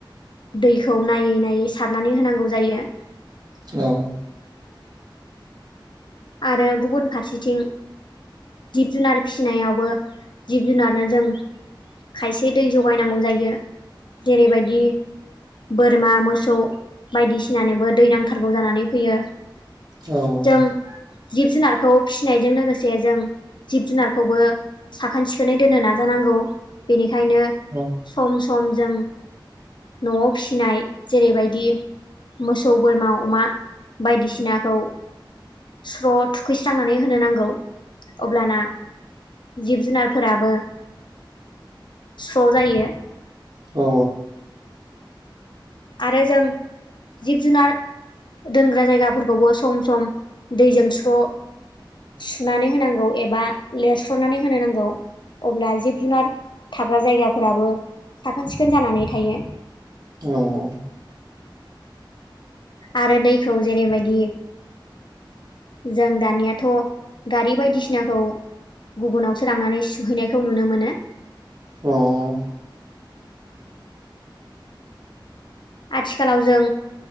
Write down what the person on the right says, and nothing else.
औ
औ
औ
औ
औ
औ